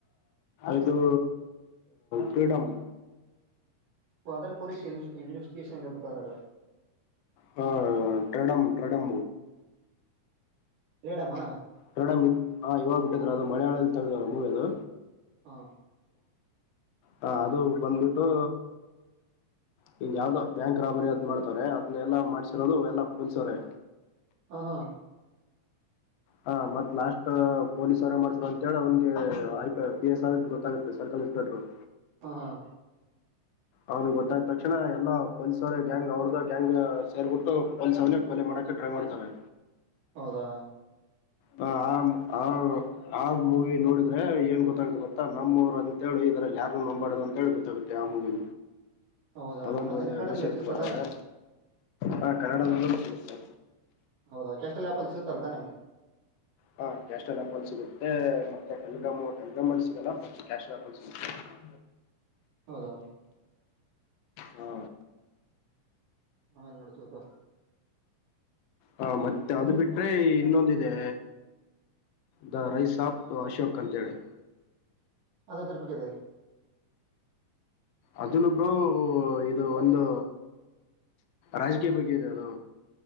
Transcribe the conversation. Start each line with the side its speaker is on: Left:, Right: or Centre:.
Left: ಇದು ಕ್ರೀಡಂ <unintelligible>
Right: ಇ ಅದ್ರ ಪೊಲೀಸ್ ಇನ್ವೆಸ್ಟಗೇಷನ್ ಬಿಟ್ಟರಲ್ಲ
Left: ಹ ಟ್ರೇಡಂ ಟ್ರೇಡಂ
Right: ಟ್ರೇಡಮ್ಮ
Left: ಪ್ರಣಮ ಹ ಯವಾಗ ಬಿಟ್ಟತರ ಅ ಮಲಯಳದಲ್ಲಿ ತೆಗೆದರ ಮೂವಿ್ ಅದು
Right: ಹಾ
Left: ಹ ಅದು ಬಂದ್ಬಿಟ್ಟು ಹಿಂಗ ಯಾವ್ದ್ ಬ್ಯಾಂಕ್ ರಾಬರಿ ಅದ್ ಮಾಡ್ತವಾರೆ ಅದನ್ನನೆಲ್ಲಾ ಮಾಡ್ಸಿರೋದು ಎಲ್ಲ ಪೊಲೀಸ್ವ್ರೆ
Right: ಹಾ ಹಾ
Left: ಹಾ ಮತ್ ಲಾಸ್ಟ್ ಪೊಲೀಸ್ ಅವರೇ ಮಾಡ್ಸಾರ ಅಂತೇಳಿ ಅವ್ನ್ಗೆ ಐ ಪ ಪಿ ಎಸ್ ಐ ಗೆ ಗೊತ್ತಾಗುತ್ತೆ ಸರ್ಕಲ್ ಇನ್ಸ್ಪೆಕ್ಟರ್
Right: ಹಾ ಹಾ
Left: ಅವ್ನ್ಿಗೆ ಗೊತ್ತಾಯ್ ತಕ್ಷಣ ಎಲ್ಲ ಪೊಲೀಸ್ ಅವ್ರ ಗ್ಯಾಂಗ್ ಅವ್ರದ ಗ್ಯಾಂಗ್ ಸೇರ್ಬಿಟ್ಟು ಪೊಲೀಸ್ ಅವ ಕೊಲೆ ಮಾಡಕ ಟ್ರೈ ಮಾಡ್ತಾವ್ರೆ
Right: ಹೌದಾ
Left: ಹ ಆ ಹ ಆ ಮೂವಿ ನೋಡಿದ್ರೆ ಏನ್ ಗೊತ್ತಾಗುತ್ತ ಗೊತ್ತ ನಮ್ಮ್ವರು ಅಂತೇಳಿ ಇದ್ರಲ್ಲಿ ಯಾರು ನಂಬಾಡದು ಅಂತಿ ಗೊತ್ತಾಗುತ್ತೆ ತ್ಯಾಮಗ
Right: ಹೌದಾ
Left: ಅದೊಂದು್
Right: ಅದೇನ್
Left: ಒಳ್ಳೆ
Right: ಕನ್ನಡದಲ್ಲಿ
Left: ಮೆಸೇಜ್
Right: ಸಿಗುತ್ತಾ
Left: ಕೊಟ್ಟವ್ರೆ
Right: ತಾನೆ
Left: ಹಾ ಕನ್ನಡದಲ್ಲೂ ಸಿಗುತ್ತೆ
Right: ಹೌದಾ ಕ್ಯಾಸ್ಟಲ್ ಆಪ್ ಅಲ್ಲಿ ಸಿಗುತ್ತಲ್ ತಾನೆ
Left: ಹಾ ಕ್ಯಾಶಲ್ ಆಪಲ್ ಸಿಗುತ್ತೆ ಮತ್ತೆ ಕಲ್ಗಮ್ಮ ಕಗಮ್ಮಲ್ ಸಿಗಲ್ಲ ಬ ಕ್ಯಾಶಲ್ ಆಪಲ್ ಸಿಗುತ್ತೆ ಹ <inaudible>
Right: ಹೌದಾ
Left: ಹಾ
Right: ಆಮೇಲೆ ನಡ್ತೀವಿಪ
Left: ಹಾ ಮತ್ತೆ ಅದು ಬಿಟ್ರೆ ಇನ್ನೊಂದಿದೆ ದ ರೈ ಸಾಪ್ ಅಶೋಕ್ ಅಂತೇಳಿ
Right: ಅದೇ ತಿರ್ಪಕ್ಕಿದ್ದದೆ
Left: ಅದನ್ನು ಬ್ರೋ ಇದು ಒಂದು ರಾಜಕೀಯ ಬಗ್ಗೆ ಇದೆ ಅದು